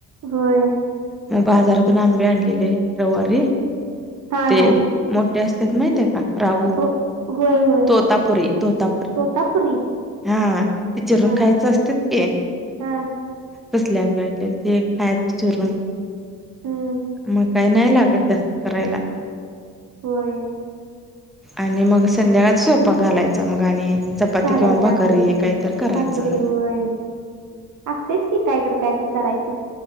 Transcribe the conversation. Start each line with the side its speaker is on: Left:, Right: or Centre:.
Right: होय
Centre: मग बाजारातून आंबे आणलेले रविवारी
Right: हा
Centre: ते
Right: हा
Centre: मोठ असतात माहिते का राहू
Right: हो- होय होय
Centre: तोतापुरी तोतापुरी
Right: तोतापुरी
Centre: हा ते चिरून
Right: हा
Centre: खायच असतात कि
Right: हा
Centre: कसल्या आंब्या आणलेल ते खायच चिरून
Right: हम्म
Centre: मग काही नाही लागत जास्त करायला
Right: होय
Centre: आणि मग संध्याकाळच स्वयपा घालायचा मग आणि चपाती
Right: घालायचं
Centre: किंवा भाकारारी
Right: आणि
Centre: काहीत करायचं
Right: भाकरी होय असतेच की कायत कायतरी करायचं